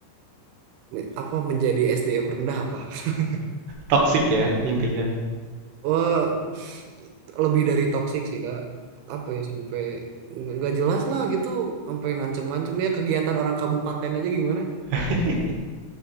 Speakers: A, on the right; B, on the right.
A: me- apa menjadi SDM rendah apa <laughs>
B: Toxic ya intinya.
A: Wah, lebih dari toksik sih kak apa ya sampai nggak nggak jelas lah gitu sampai ngancem-ngancem ya kegiatan orang kabupaten aja gimana
B: <laughs>